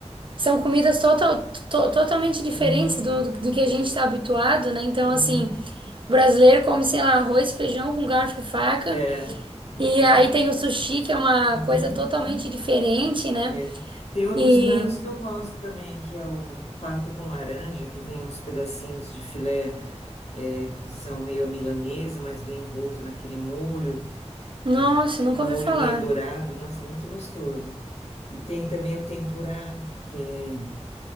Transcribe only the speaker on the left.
Uhum,
é,
uhum.
É, uhum,
uhum.
É. Tem outros
pratos que eu gosto também, que é o pato com laranja, que vem uns pedacinhos de filé, é, que são meio à milanesa, mas vem envolto naquele molho,
e um
molho
meio dourado, nossa, é muito gostoso. E tem também o tempurá, que é,